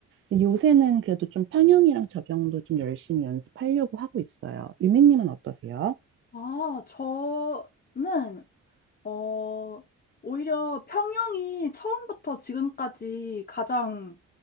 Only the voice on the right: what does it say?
요새는 그래도 좀 평형이랑 접영도 좀 열심히 연습하려고 하고 있어요. 유미님은 어떠세요?